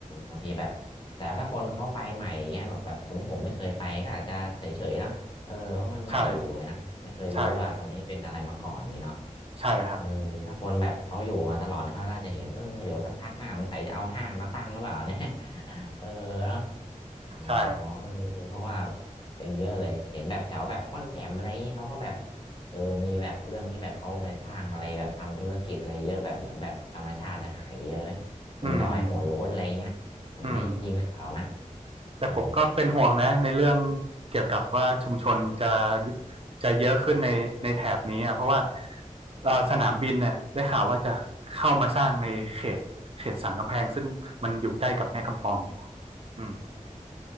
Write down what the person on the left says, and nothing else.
บางทีแบบแต่ถ้าคนเขาไปใหม่เงี้ยแบบแบบสมมติผมไม่เคยไปก็อาจจะเฉยๆเนาะเออเพราะมันใหม่อยู่ไงนะไม่เคยรู้ว่าตรงนี้เป็นอะไรมาก่อนนี้เนาะ
เออถ้าคนแบบเขาอยู่มาตลอดเขาน่าจะเห็นเออเดี๋ยวสักพักหน้าสงสัยจะเอาห้างมาตั้งหรือเปล่าเนี่ย <laughs> เออเนาะ อ๋อ
เออเออเพราะว่าเป็นเยอะเลยเห็นแบบแถวแบบม่อนแจ่มอะไรอย่างนี้เขาก็แบบเออมีแบบเรื่องที่แบบเขาไปสร้างอะไรแบบทำธุรกิจอะไรเยอะแบบเหมือนแบบธรรมชาติจะหายไปเยอะไหมจนดอยหัวโล้นอะไรเงี้ยผมได้ยินข่าวนะ
เออ